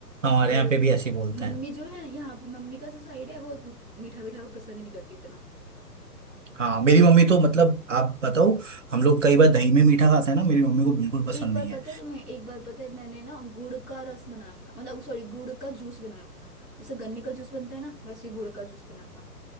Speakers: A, on the right; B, in the centre.
A: हमारे
B: और
A: यहाँ पे भी ऐसे ही बोलते
B: मम्मी
A: हैं
B: जो है यहाँ मम्मी का जो साइड है वो मीठा मीठा पसंद नहीं करती इतना
A: हाँ मेरी मम्मी तो मतलब आप बताओ हम लोग कई बार दही में मीठा खाते हैं ना मेरी मम्मी को बिल्कुल पसंद
B: एक बार
A: नहीं है
B: पता है तुम्हें एक बार पता है मैंने ना गुड़ का रस बनाया था मतलब सॉरी गुड़ का जूस बनाया था जैसे गन्ने का जूस बनता है ना वैसे ही गुड़ का जूस बना था